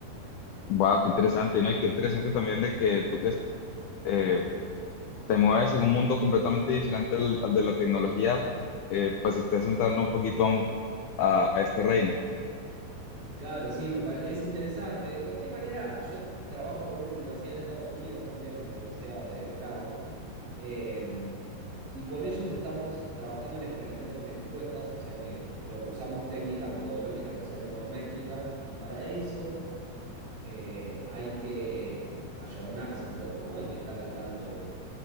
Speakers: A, on the left; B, on the right.
A: Wow, qué interesante, ¿no? Y qué interesante también de que tú que eh, te mueves en un mundo completamente diferente al, al de la tecnología, eh, pues estés entrando un poquito a, a este reino,
B: Claro, sí, me pare- es interesante. De cualquier manera, yo trabajo por una universidad en Estados Unidos también, la Universidad de Brown, eh, y con ellos estamos trabajando en experimentos de encuestas, o sea que lo- usamos técnicas metodológicas que son econométricas, y para eso eh, hay que ayornarse un poco, ¿no? Hay que estar al tanto de